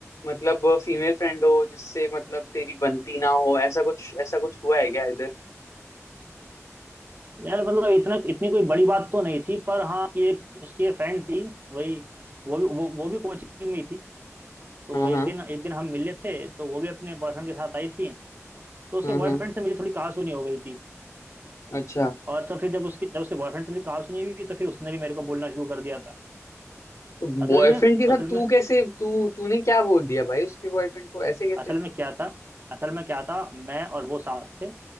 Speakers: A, on the left; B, on the right.
A: मतलब फीमेल फ्रेंड हो जिससे मतलब तेरी बनती ना हो ऐसा कुछ ऐसा कुछ हुआ है क्या इधर
B: यार मतलब इतना इतनी कोई बड़ी बात तो नहीं थी पर हाँ ये उसकी एक फ्रेंड थी वही वो भी वो, वो भी कोचिंग में ही थी तो
A: हाँ हाँ
B: एक दिन एक दिन हम मिले थे तो वो भी अपने बॉयफ्रेंड के साथ आई थी तो उसके
A: हम्म
B: बॉयफ्रेंड
A: हम्म
B: से मेरी थोड़ी कहासुनी हो गई थी
A: अच्छा
B: और तो फिर जब उसकी जब उसके बॉयफ्रेंड से मेरी कहासुनी हुई तो फिर उसने भी मेरे को बोलना शुरू कर दिया था
A: तो
B: असल
A: बॉयफ्रेंड
B: में
A: के साथ
B: असल
A: तू
B: में
A: कैसे तू तूने क्या बोल दिया भाई उसके बॉयफ्रेंड को ऐसे कैसे
B: असल में क्या था असल में क्या था मैं और वो साथ थे